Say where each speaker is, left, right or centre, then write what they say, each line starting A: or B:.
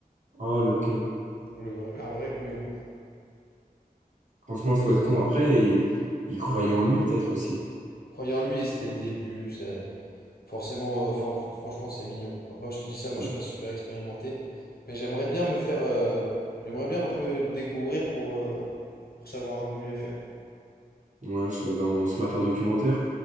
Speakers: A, on the right; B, on the left.
A: Oh, le con.
B: Le vrai- un vrai couillon.
A: Franchement, faut
B: Mais
A: être con. Après, il, il croyait en lui peut-être aussi.
B: croyant en lui, et c'était le début. Ça... Forcément, euh, enfin, f- franchement, c'est mignon. Après, je te dis ça, moi,
A: Ouais,
B: je suis pas super expérimenté. Mais j'aimerais bien me faire. euh, J'aimerais bien un peu découvrir pour, euh, pour savoir un peu mieux faire.
A: ouais je- ben, on se mate un documentaire.